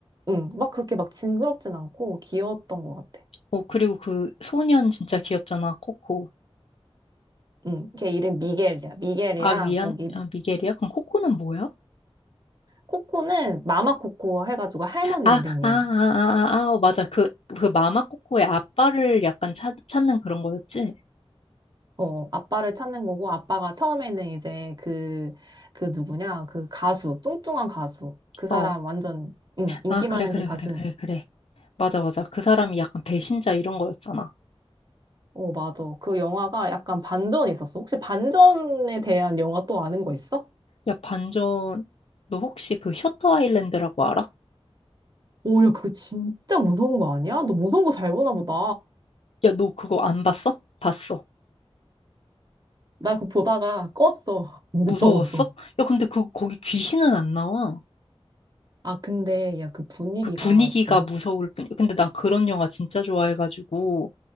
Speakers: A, on the right; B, on the left.
A: 응, 막 그렇게 막 징그럽진 않고 귀여웠던 것 같아.
B: 어, 그리고 그 소년 진짜 귀엽잖아, 코코.
A: 응, 걔 이름 미겔이야. 미겔이랑
B: 아, 미안,
A: 거기,
B: 아, 미겔이야? 그럼 코코는 뭐야?
A: 코코는 마마 코코 해가지고 할머니
B: 아, 아,
A: 이름이야.
B: 아, 아, 아, 아, 어, 맞아. 그, 그 마마 코코의 아빠를 약간 찾, 찾는 그런 거였지?
A: 어, 아빠를 찾는 거고, 아빠가 처음에는 이제 그, 그 누구냐, 그 가수, 뚱뚱한 가수. 그 사람
B: 어.
A: 완전, 응, 인기
B: 아, 그래,
A: 많은
B: 그래,
A: 그 가수.
B: 그래, 그래, 그래. 맞아, 맞아. 그 사람이 약간 배신자 이런 거였잖아.
A: 어, 맞아. 그 영화가 약간 반전이 있었어. 혹시 반전에 대한 영화 또 아는 거 있어?
B: 야, 반전, 너 혹시 그 셔터 아일랜드라고 알아?
A: 오, 야, 그거 진짜 무서운 거 아니야? 너 무서운 거 잘 보나 보다.
B: 야, 너 그거 안 봤어? 봤어.
A: 나 그거 보다가 껐어. <laughs> 무서워서.
B: 무서웠어? 야, 근데 그, 거기 귀신은 안 나와.
A: 아, 근데, 야, 그 분위기가
B: 그 분위기가
A: 진짜 미,
B: 무서울 뿐이야. 근데 난 그런 영화 진짜 좋아해가지고.